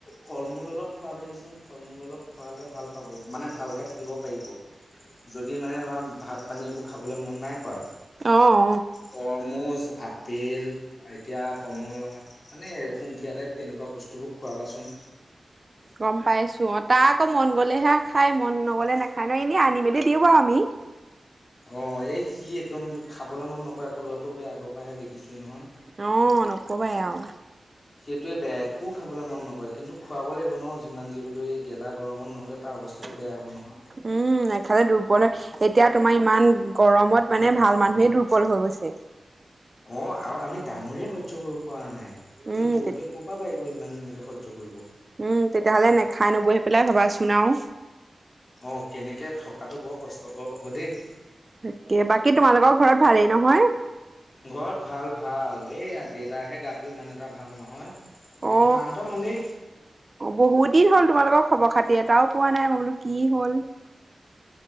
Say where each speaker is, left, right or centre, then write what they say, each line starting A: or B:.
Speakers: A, on the left; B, on the right.
A: ফল-মূল অলপ খোৱাবাহিচোন। ফল-মূল অলপ খোৱালে ভাল পাব মানে ভালকে থাকিব পাৰিব। যদি মানে তোমাৰ ভাত-পানী এইবোৰ খাবলৈ মন নাই কয়
B: অ অ
A: তৰমুজ আপেল, এতিয়া কমলা মানে সুমথিয়া টাইপ তেনেকুৱা বস্তুবোৰ খোৱাবাচোন।
B: গম পাইছো অ। তাৰ আকৌ মন গ'লেহে খাই, মন নগলে নাখায় নহয়। এনেই আনি মেলি দিওঁ বাৰু আমি।
A: অ, এই সি একদম খাবলে মন নকৰে। আকৌ ল'ৰাটো সেই আগৰ পৰাহে দেখিছোৱে নহয়।
B: অ নকবাই আৰু
A: সেইটোৱে বেয়া একো খাবলৈ মন নকৰে। কিন্তু খুৱাব লাগিব ন' যিমান যি হ'লেও এই গেলা গৰমত নহ'লে তাৰ অৱস্থাটো
B: উম,
A: বেয়া হ'ব নহয়।
B: নেখালে দুৰ্বল হয়। এতিয়া তোমাৰ ইমান গৰমত মানে ভাল মানুহে দুৰ্বল হৈ গৈছে।
A: অ, আৰু আমি ডাঙৰে সহ্য কৰিব পৰা নাই। সি
B: উম
A: সৰুটোৱে ক'ৰ পৰা পাৰিব ইমান সহ্য কৰিব।
B: উম, তেতিয়া হ'লে নেখাই নবই পেলাই ভাবাচোন আৰু।
A: অ, কেনেকে থকাটো বৰ কষ্টকৰ হ'ব দেই।
B: তাকে। বাকী তোমালোকৰ ঘৰত ভালেই নহয়?
A: ঘৰত ভাল, ভাল। এই দেতাহে গাটো ইমান এটা ভাল নহয়। বাকী
B: অ,
A: মাহঁতৰ ভালেই।
B: বহুত দিন হ'ল তোমালোকৰ খবৰ-খাতি এটাও পোৱা নাই মই। বোলো কি হ'ল?